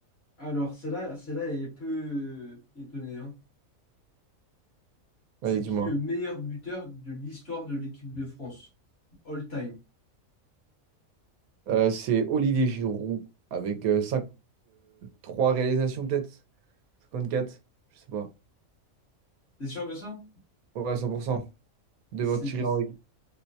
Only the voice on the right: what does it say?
Vas-y,
dis-moi.
Euh, c'est Olivier Giroud avec euh, trois réalisations peut-être? cinquante quatre Je sais pas.
Ouais, cent pour cent Devant
Thierry
Henry.